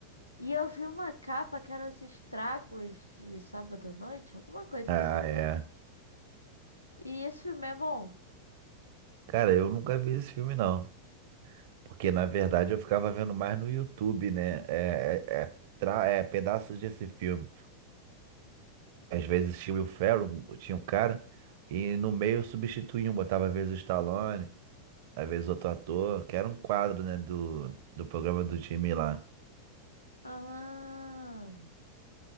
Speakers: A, on the left; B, on the right.
A: E eu vi uma capa que era Os Estragos de Sábado à Noite, alguma coisa
B: Ah,
A: assim,
B: é.
A: né? E esse filme é bom.
B: Cara, eu nunca vi esse filme, não. Porque, na verdade, eu ficava vendo mais no YouTube, né? É, é, é, tra- é pedaços desse filme. Às vezes tinha o Will Ferrell, tinha o cara, e no meio substituíam, botava às vezes o Stallone. Às vezes outro ator, que era um quadro, né, do, do programa do Jimmy lá.
A: Ah.